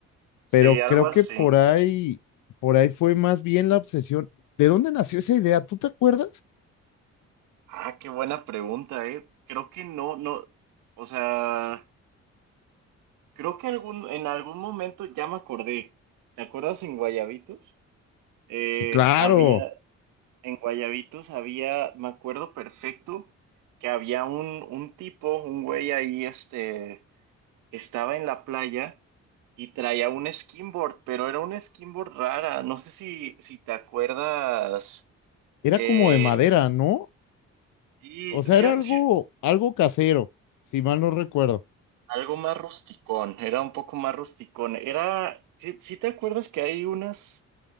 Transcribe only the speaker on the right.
Sí,
algo
así.
Ah, qué buena pregunta, eh. Creo que no, no, o sea. Creo que algún, en algún momento ya me acordé. ¿Te acuerdas en Guayabitos? Eh,
había, en Guayabitos había, me acuerdo perfecto, que había un, un tipo, un güey ahí, este, estaba en la playa y traía un skimboard, pero era un skimboard rara. No sé si, si te acuerdas.
Eh,
sí,
sí,
sí,
algo más rusticón, era un poco más rusticón. Era, si te acuerdas que hay unas